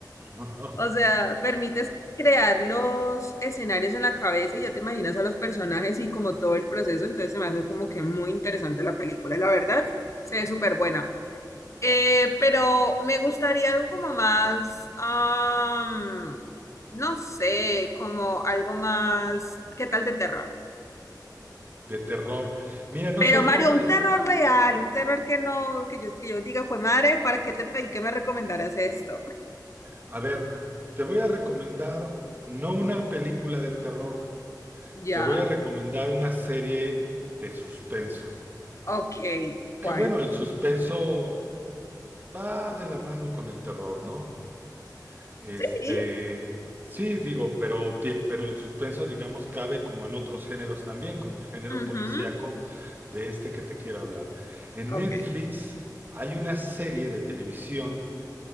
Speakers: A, on the right; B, on the left.
A: <laughs>
B: O sea, permites crear los escenarios en la cabeza y ya te imaginas a los personajes y como todo el proceso, entonces se me hace como que muy interesante la película, la verdad, se ve súper buena. Eh, pero me gustaría algo como más, am, no sé, como algo más, ¿qué tal de terror?
A: de terror. Mira, no
B: Pero
A: soy
B: Mario,
A: fan del...
B: un terror
A: c-
B: real, un terror que no, que yo, que yo diga, fue madre, ¿para qué te pedí que me recomendaras esto?
A: A ver, te voy a recomendar no una película de terror,
B: ¿Ya?
A: te voy a recomendar una serie de suspenso.
B: Ok, ¿cuál?
A: Que bueno, el suspenso va de la mano con el terror, ¿no? Este,
B: Sí.
A: sí, digo, pero, ti- pero el suspenso, digamos, cabe como en otros géneros también, como el género
B: ujú,
A: policíaco de este que te quiero hablar. En
B: Ok.
A: Netflix hay una serie de televisión